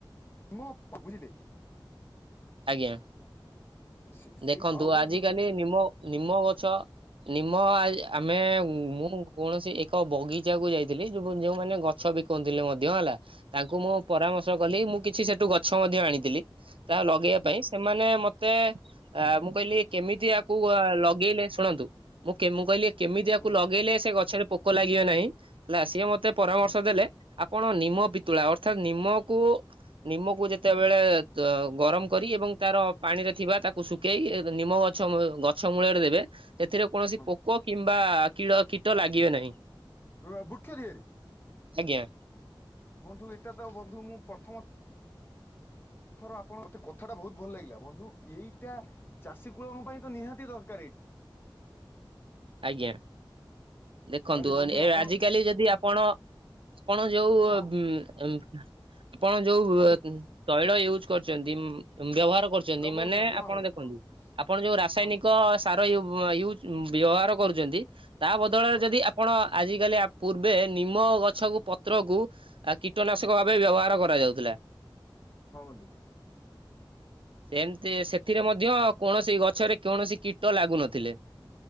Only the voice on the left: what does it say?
ମ ପ ବୁଝିଲେ।
ସେ ସେଇ
ପାଉଡର
ହୁଁ
ହୁଁ
ହୁଁ
ବନ୍ଧୁ
ଉଅ ବୃକ୍ଷ ଦେହରେ?
ବନ୍ଧୁ ଏଟା ତ ବନ୍ଧୁ ମୁଁ ପ୍ରଥମ ଥର ଆପଣ ମତେ କଥାଟା ବୋହୁତ ଭଲ ଲାଗିଲା ବନ୍ଧୁ ଏଇଟା ଚାଷୀ କୂଳଙ୍କ ପାଇଁ ତ ନିହାତି ଦରକାର ଏଇ
ତାହେଲେ ବନ୍ଧୁ
ଆପଣ
ହଁ
ବନ୍ଧୁ
ଲଗଉଛନ୍ତି
ହଁ
ଭାଇ
କରନ୍ତୁ
ହଁ ବନ୍ଧୁ
ବନ୍ଧୁ
ହଁ ବନ୍ଧୁ।